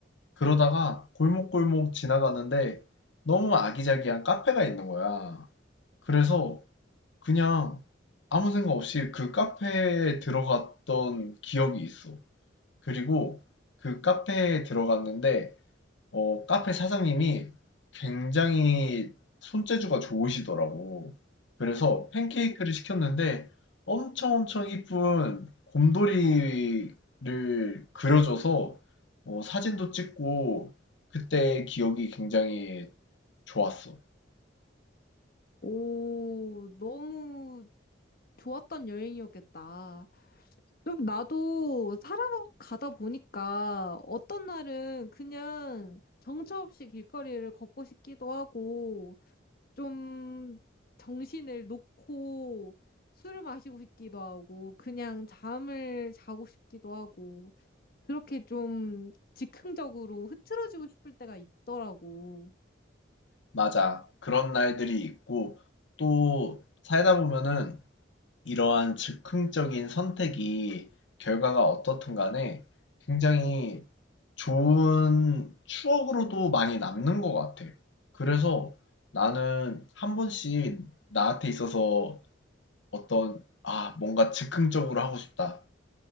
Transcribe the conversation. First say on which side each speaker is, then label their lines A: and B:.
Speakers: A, on the left; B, on the left.
A: 그러다가 골목골목 지나가는데 너무 아기자기한 카페가 있는 거야. 그래서 그냥 아무 생각 없이 그 카페에 들어갔던 기억이 있어. 그리고 그 카페에 들어갔는데 어, 카페 사장님이 굉장히 손재주가 좋으시더라고. 그래서 팬케이크를
B: 음.
A: 시켰는데 엄청 엄청 이쁜 곰돌이를 그려줘서 어, 사진도 찍고 그때 기억이 굉장히 좋았어.
B: 오, 너무 좋았던 여행이었겠다. 좀 나도 살아가다 보니까 어떤 날은 그냥 정처 없이 길거리를 걷고 싶기도 하고 좀 정신을 놓고 술을 마시고 싶기도 하고 그냥 잠을 자고 싶기도 하고 그렇게 좀 즉흥적으로 흐트러지고 싶을 때가 있더라고.
A: 맞아. 그런 날들이 있고 또 살다 보면은 이러한 즉흥적인 선택이 결과가 어떻든 간에 굉장히 좋은 추억으로도 많이 남는 것 같아. 그래서 나는 한 번씩 나한테 있어서 어떤, 아, 뭔가 즉흥적으로 하고 싶다.